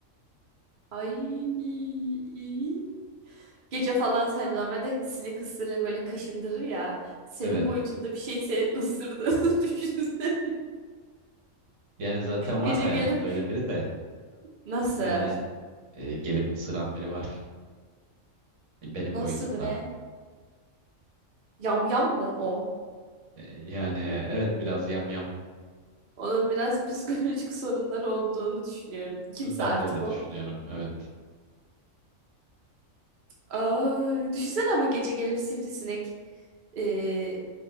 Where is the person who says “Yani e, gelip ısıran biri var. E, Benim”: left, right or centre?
Right